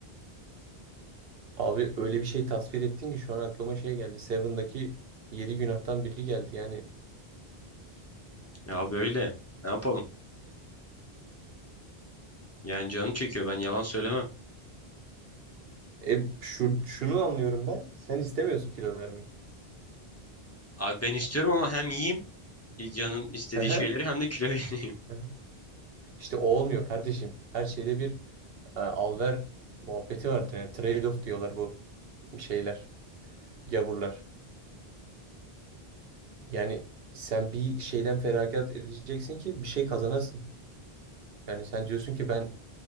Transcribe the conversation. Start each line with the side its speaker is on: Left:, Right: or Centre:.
Right: abi öyle bir şey tasvir ettin ki şu an aklıma şey geldi. Seven'daki yedi günahtan biri geldi. Yani
Left: Ya abi öyle ne yapalım. Yani canım çekiyor ben yalan söylemem.
Right: e, şu, şunu anlıyorum ben. Sen istemiyorsun kilo vermek.
Left: Abi ben istiyorum ama hem yiyeyim canım istediği
Right: Hı hı,
Left: şeyleri hem de kilo <laughs> vereyim.
Right: hı. İşte o olmuyor kardeşim. Her şeyde bir e, al ver muhabbeti vardır. Yani trade-off diyorlar bu şeyler, gavurlar. Yani sen bir şeyden feragat edeceksin ki bir şey kazanasın. Yani sen diyorsun ki ben